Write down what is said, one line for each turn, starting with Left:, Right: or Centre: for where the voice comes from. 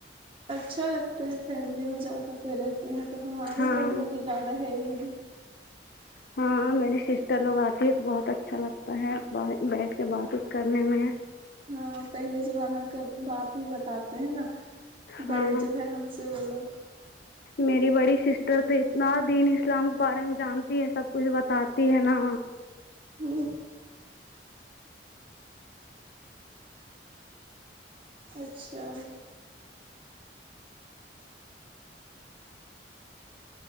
Right: اچھا لگتا ہے فیملی میں زیادہ کوئی رہتے ہیں تو ہمارے
Left: ہاں
Right: گھر میں تو زیادہ ہے ہی نہیں
Left: ہاں میری سسٹر لوگ آتی ہے تو بہت اچھا لگتا ہے بیٹھ کے بات وتھ کرنے میں
Right: ہاں پہلے زمانہ کا بات بھی بتاتے ہیں نا بڑی
Left: ہاں
Right: جو ہے ہم سے وہ لوگ
Left: میری بڑی سسٹر تو اتنا دین اسلام کے بارے میں جانتی ہے سب کچھ بتاتی ہے نا
Right: ہ اچھا